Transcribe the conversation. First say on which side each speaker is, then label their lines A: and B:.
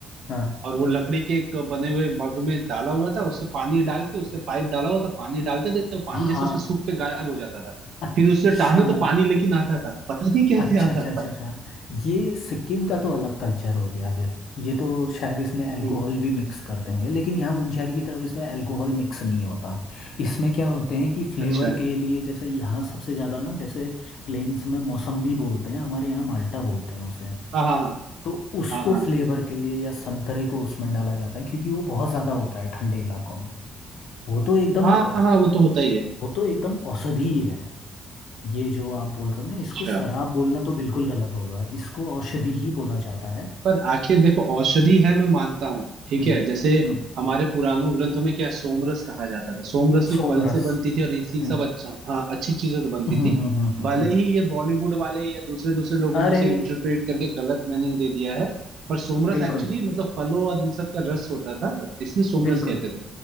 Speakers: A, on the left (about 75°); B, on the right (about 70°).
A: हाँ
B: और वो लकड़ी के एक बने हुए मग में डाला हुआ था उससे पानी डाल के उससे पाइप डाला हुआ था पानी डालते थे तो पानी
A: हाँ
B: जैसे उससे सूख के गायब हो जाता था
A: अच्छा
B: फिर उससे टहने तो पानी लेकिन आता था पता नहीं कैसे
A: अच्छा
B: आता
A: अच्छा अच्छा
B: था
A: अच्छा ये सिक्किम का तो अलग कल्चर हो गया फिर ये तो शायद इसमें अल्कोहल
B: हम्म
A: भी मिक्स करते होंगे लेकिन यहाँ मुंशहरी की तरफ इसमें अल्कोहल मिक्स नहीं होता इसमें क्या होते हैं कि फ्लेवर
B: अच्छा
A: के लिए जैसे यहाँ सबसे ज़्यादा ना जैसे प्लेन्स में मौसम्बी बोलते हैं हमारे यहाँ माल्टा बोलते हैं उसे
B: हाँ हाँ
A: तो उसको
B: हाँ हाँ
A: फ्लेवर के लिए या संतरे को उसमें डाला जाता है क्योंकि वो बहुत ज़्यादा होता है ठंडे इलाकों में वो तो एकदम
B: हाँ
A: औ-
B: हाँ हाँ वो तो होता ही है
A: वो तो एकदम औषधि है ये जो आप बोल रहे हो ना
B: अच्छा
A: इसको शराब बोलना तो बिल्कुल गलत होगा इसको औषधि ही बोला जाता है
B: पर आखिर देखो औषधि है मैं मानता हूँ ठीक
A: हम्म
B: है जैसे
A: हम्म
B: हमारे पुरानों ग्रंथों में क्या है, सोमरस कहा जाता था सोमरस भी
A: सोमरस
B: फल से बनती थी और इसी
A: हम्म
B: सब अच्छा हाँ अच्छी चीजों से बनती
A: हम्म
B: थी
A: हम्म हम्म हम्म,
B: भले
A: हम्म।
B: ही ये बॉलीवुड वाले या दूसरे दूसरे लोगों
A: अरे
B: ने उसे इंटरप्रेट करके गलत मीनिंग दे दिया है पर सोमरस
A: बिल्कुल
B: एक्चुअली मतलब फलों और इन सब का रस होता था इसलिए सोमरस
A: बिल्कुल
B: कहते थे